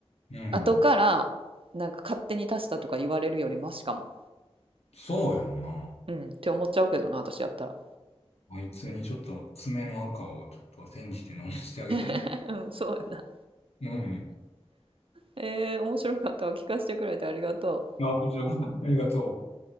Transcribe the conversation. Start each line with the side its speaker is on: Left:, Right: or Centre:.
Left: うん。
Right: 後から、なんか勝手に足したとか言われるよりマシかも。
Left: そうやんな。
Right: うん、って思っちゃうけどな、私やったら。
Left: あいつにちょっと爪の赤をちょっと煎じて飲ませてあげて。
Right: <laughs> うん、そうやな。
Left: うん。
Right: えー、面白かったわ。聞かせてくれてありがとう。
Left: あ、こちらこそありがとう。